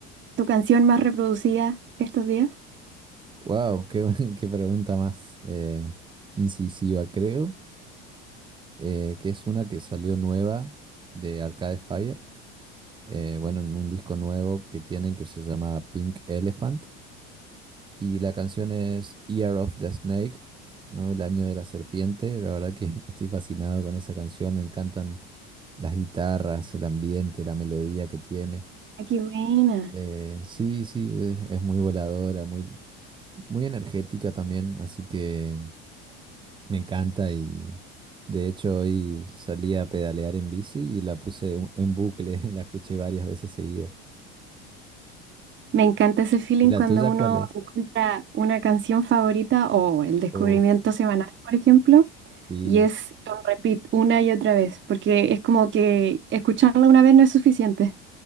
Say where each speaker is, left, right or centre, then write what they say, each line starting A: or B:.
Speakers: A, on the right (about 35°); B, on the right (about 15°).
A: tu canción más reproducida estos días?
B: Wow, qué, buen- <laughs> qué pregunta más eh, incisiva, creo, eh, que es una que salió nueva de Arcade Fire, eh, bueno, en un disco nuevo que tienen que se llama Pink Elephant. Y la canción es Year of the Snake, ¿no? El año de la serpiente. La verdad que, <laughs> que estoy fascinado con esa canción. Me encantan las guitarras, el ambiente, la melodía que tiene.
A: Ah, qué buena.
B: Eh, sí, sí, es, es muy voladora, muy, muy energética también. Así que me encanta y de hecho hoy salí a pedalear en bici y la puse en en bucle. <laughs> La escuché varias veces seguidas.
A: Me encanta ese feeling
B: ¿Y la
A: cuando
B: tuya
A: uno
B: cuál es?
A: encuentra una canción favorita o el descubrimiento
B: Uf,
A: semanal, por ejemplo,
B: sí.
A: y es un repeat una y otra vez, porque es como que escucharla una vez no es suficiente,